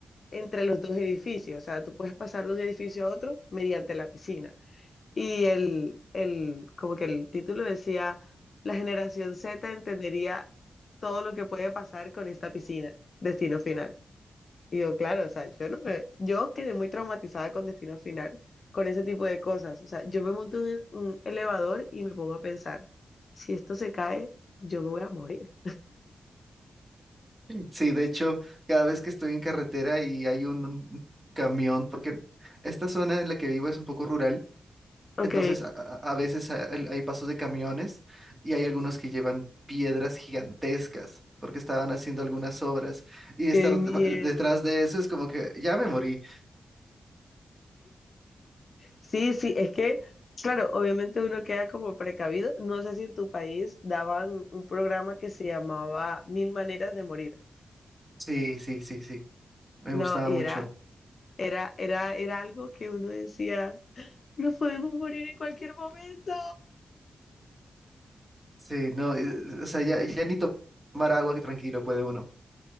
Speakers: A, on the left (about 50°); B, on the right (about 25°).
A: entre los dos edificios. O sea, tú puedes pasar de un edificio a otro mediante la piscina. Y el, el, como que el título decía, la generación Z entendería todo lo que puede pasar con esta piscina. Destino final. Y yo, claro, o sea, yo no me, yo quedé muy traumatizada con Destino Final, con ese tipo de cosas. O sea, yo me monto en un elevador y me pongo a pensar, si esto se cae, yo me voy a morir.
B: Sí, de hecho, cada vez que estoy en carretera y hay un, un camión, porque esta zona en la que vivo es un poco rural,
A: Ok,
B: entonces a, a- a veces ha- el- hay pasos de camiones y hay algunos que llevan piedras gigantescas porque estaban haciendo algunas obras y estar
A: qué miedo.
B: de- detrás de eso es como que ya me morí.
A: Sí, sí, es que, claro, obviamente uno queda como precavido. No sé si en tu país daban un programa que se llamaba Mil Maneras de Morir.
B: Sí, sí, sí, sí, me
A: No,
B: gustaba
A: y
B: mucho.
A: era, era, era, era algo que uno decía, nos podemos morir en cualquier momento.
B: Sí, no, eh, o sea, ya, ya ni to- tomar agua que tranquilo puede uno.